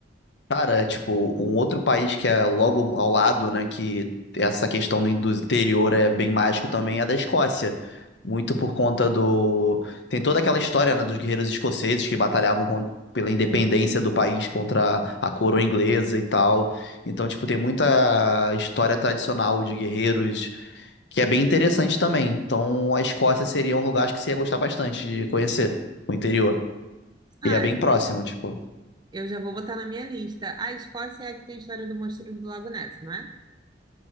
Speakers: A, on the left (about 70°); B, on the right (about 25°).
A: Cara, tipo, um outro país que é logo ao lado, né, que essa questão do do interior é bem mágico também, é a da Escócia. Muito por conta do... Tem toda aquela história, né, dos guerreiros escoceses que batalhavam con- pela independência do país contra a coroa inglesa e tal. Então, tipo, tem muita história tradicional de guerreiros que é bem interessante também. Então, a Escócia seria um lugar acho que você ia gostar bastante de conhecer, o interior.
B: Ah,
A: E é bem próximo, tipo.
B: eu já vou botar na minha lista. A Escócia é a que tem a história do monstro do Lago Ness, não é?